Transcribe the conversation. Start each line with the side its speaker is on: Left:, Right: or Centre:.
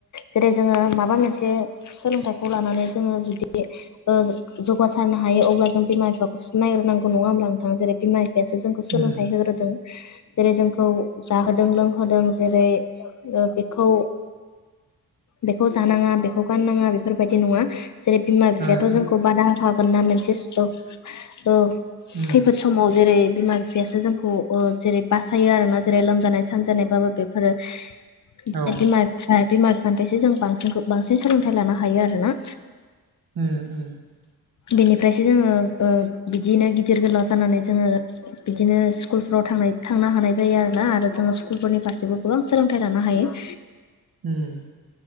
Left: जेरै जोङो माबा मोनसे सोलोंथाइखौ लानानै जोङो जुदि ओ जौगासारनो हायो अब्ला जों बिमा बिफाखौ नायग्रोनांगौ नङा होमब्ला नोंथां जेरै बिमा बिफायासो जोंखौ सोलोंथाइ
Right: उम
Left: होग्रोदों जेरै जोंखौ जाहोदों लोंहोदों जेरै ओ बेखौ बेखौ जानाङा बेखौ गाननाङा बेफोरबायदि नङा जेरै बिमा बिफायाथ'
Right: उम ओ उम
Left: जोंखौ बादा होखागोनना मोनसे सि थ' ओ
Right: उम
Left: खैफोद समाव जेरै बिफोर बेसो जोंखौ ओ जेरै बासायो आरोना जेरै लोमजानाय सानजानायबाबो बेफोरो <unintelligible>
Right: औ
Left: बिमा बिफा बिमा बिफानिफ्रायसो जों बांसिनखौ बांसिन सोलोंथाइ लानो हायो आरोना
Right: उम उम
Left: बेनिफ्रायसो जोङो ओ बिदिनो गिदिर गोलाव जानानै जोङो बिदिनो स्कुलफ्राव थांनाय थांनो हानाय जायो आरोना आरो जोङो स्कुलफोरनि फारसेबो गोबां सोलोंथाइ लानो हायो <inaudible>
Right: उम